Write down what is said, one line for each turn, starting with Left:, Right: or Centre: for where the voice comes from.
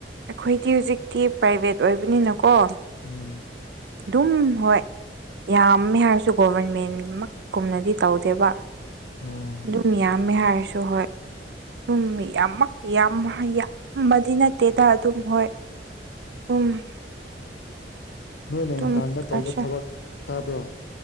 Right: ꯑꯩꯈꯣꯏꯗꯤ ꯍꯧꯖꯤꯛꯀꯤ ꯄ꯭ꯔꯥꯏꯕꯦꯠ ꯑꯣꯏꯕꯅꯤꯅꯀꯣ
Left: ꯎꯝ
Right: ꯑꯗꯨꯝ ꯍꯣꯏ ꯌꯥꯝꯃꯦ ꯍꯥꯏꯔꯁꯨ ꯒꯣꯚꯔꯟꯃꯦꯟꯃꯛ ꯀꯨꯝꯅꯗꯤ ꯇꯧꯗꯦꯕ
Left: ꯅꯣ
Right: ꯑꯗꯨꯝ ꯌꯥꯝꯃꯦ ꯍꯥꯏꯔꯁꯨ ꯍꯣꯏ ꯑꯝ ꯌꯥꯝꯃꯛ ꯌꯥꯝ ꯌꯥꯝꯕꯗꯤ ꯅꯠꯇꯦꯗ ꯑꯗꯨꯝ ꯍꯣꯏ ꯎꯝ
Left: ꯅꯣꯏꯅ
Right: ꯑꯗꯨꯝ
Left: ꯏꯟꯇꯔꯗ ꯇꯧꯕ ꯊꯕꯛ ꯇꯥꯕ꯭ꯔꯣ